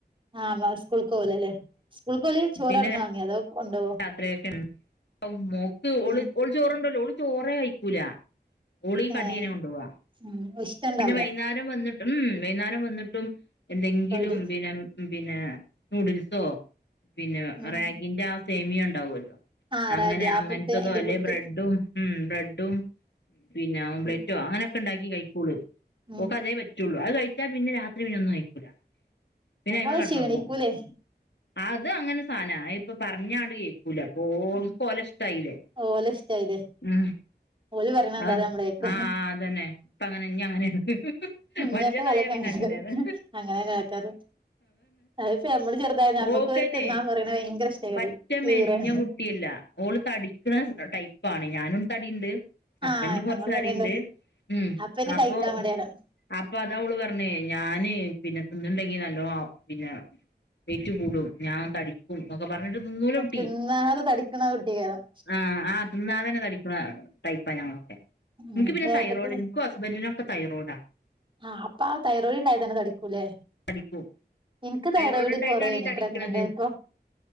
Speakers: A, on the right (about 30°); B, on the left (about 80°).
A: ആഹ് മോൻ സ്കൂൾക്ക് പോയലല്ലേ സ്കൂൾക്ക് ഓല് ചോറവ്ട്ന്ന്
B: പിന്നെ
A: വാങ്ങേ അതോ കൊണ്ടോവോ
B: രാത്രിയൊക്കെ <unintelligible> മോക്ക് ഓള്
A: ഉം
B: ഓൾ ചോറൊണ്ടോവുലാ ഓള് ചോറേ കയിക്കൂലാ ഒളി കടിനെ
A: ഏഹ്
B: കൊണ്ടു പോവാ
A: ഉം ഇഷ്ടണ്ടാവൂല
B: പിന്നെ വൈകുന്നേര വന്നിട്ട് ഉം വൈന്നാരം വന്നിട്ടും എന്തെങ്കിലും
A: കടി
B: പിന്നെ ഉം പിന്നെ നൂഡിൽസോ പിന്നെ
A: ഉം
B: റാഗിന്റെ ആ സേമിയോ ഉണ്ടാവുല്ലോ
A: ആഹ്
B: അങ്ങനെ
A: റാഗി ആ
B: അങ്ങെൻത്തതോ
A: പുട്ട് അയിന്റെ
B: അല്ലെ
A: പുട്ട്
B: ബ്രെഡ്ഡും ഉം ബ്രെഡും പിന്നെ ഓംളറ്റോ
A: ഉം
B: അങ്ങനെയൊക്കെ ഉണ്ടാക്കി കഴിക്കൂള്
A: ഉം
B: ഓക്കതേ പറ്റൊള്ളു അത് കഴിച്ചാ പിന്നെ രാത്രി പിന്നൊന്നും കയിക്കൂല പിന്നെ
A: അപ്പൊ
B: അയ്മെകെടന്നൊറങ്ങും
A: ക്ഷീണിക്കൂലേ
B: ആത് അങ്ങനൊരു സാന ഐപ്പൊ പറഞ്ഞാണ്ട് ഏ ല അപ്പൊ
A: ഉം
B: ഓൾക്ഷ്ടായില്ലേ
A: ഓലെ ഇഷ്ടായില്ലേ
B: ഉം
A: ഓല് പറയണന്താ
B: ആഹ്
A: അത് നമ്മള് കേക്കാ
B: ആ ആ അതന്നെ ഇപ്പങ്ങനെ ഞിങ്ങനേണ്
A: ഇഞ്ഞത്തെ
B: വല്ലതായാ
A: കാലൊക്കെ
B: പിന്നെ
A: അങ്ങനേക്കാരം
B: അങ്ങനേണ്
A: അങ്ങനെന്നെ വക്കാറ് അത്പ്പോ നമ്മള് ചെറുതായി നമ്മക്ക്
B: ഓക്കന്നെ
A: തിന്നാൻ പറയണ ഭയങ്കര ഏത്
B: പറ്റ മെലിഞ്ഞ
A: ഈറേണ് <inaudible>
B: ഓള് തടിക്കുന്ന ടൈപ്പാണ് ഞാനും തടിണ്ട് ഹസ്ബൻഡും
A: ആഹ്
B: കൊറച്ച്
A: ഞങ്ങള്
B: തടിണ്ട്
A: തന്നെണ്ട്
B: ഉം
A: അപ്പന്നെ
B: അപ്പൊ
A: കഴിക്കാൻ മടിയാകാരം
B: അപ്പൊ അതാ ഓള് പറഞ്ഞെ ഞാന് പിന്നെ തിന്ന്ണ്ടെങ്കി നല്ലോ പിന്നെ വെയ്റ്റ് കൂടും ഞാൻ തടിക്കും ക്ക പറഞ്ഞിട്ട് തിന്നൂല കുട്ടി
A: തിന്നാതെ തടിക്കണ കുട്ടിയേക്കാരം
B: ആഹ് ആഹ് ന്നാ തന്നെ തടിക്ക്ണ ടൈപ്പാ ഞങ്ങളൊക്കെ ഇൻക്ക്
A: ഉം
B: പിന്നെ തൈറോയ്ഡ്
A: ഏട്ടത്തി
B: ഇൻക്കും ഹസ്ബൻഡിനൊക്കെ തൈറോയ്ഡാ
A: ആഹ് അപ്പാ തൈറോയ്ഡ്ണ്ടായതെന്നെ തടിക്കുലേ
B: തടിക്കും
A: ഇൻക്ക് തൈറോയിഡ്
B: തൈറോയ്ഡ് ഉണ്ടായിട്ടാണ്
A: കൊറയൈനി
B: ഈ തടിക്കണത്
A: പ്രഗ്നന്റായപ്പൊ